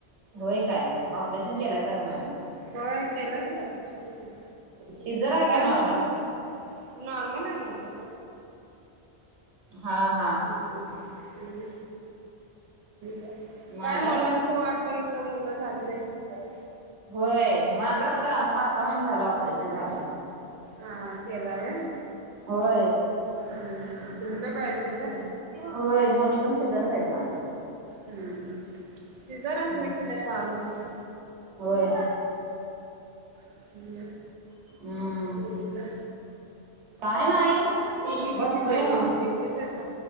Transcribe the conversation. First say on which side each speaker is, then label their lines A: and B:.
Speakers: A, on the right; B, on the right.
A: होय काय ऑपरेशन केलाय का नाही
B: हो केलाच ऑपरेशन
A: शिजर आहे
B: काय
A: का नॉर्मल
B: मुलं नॉर्मल आहे माझं
A: हा हा
B: हम् ह्
A: माझा
B: काय मुलांच
A: आता
B: वाट बघितलं मुलं झालेली काय
A: होय माझा पाच सहा महिने झाले ऑपरेशन झाले
B: हा केला व
A: होय
B: हम् तुमचं कळच जरा
A: होय दोन्ही पण शेजारच आहेत माझं
B: हम्म तेि जर असलं
A: हम्म
B: तिला हाल होतेय
A: होय
B: हम्म
A: हम्म
B: ठीक हाय
A: काय नाही
B: तुम्ही किती
A: बसलोय
B: बहिणी
A: ना
B: मग एकटीच हायसा